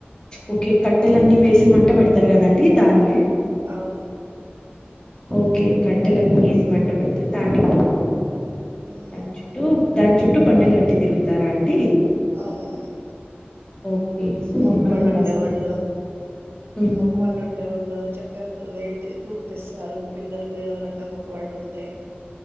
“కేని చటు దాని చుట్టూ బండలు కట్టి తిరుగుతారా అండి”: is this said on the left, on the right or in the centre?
Left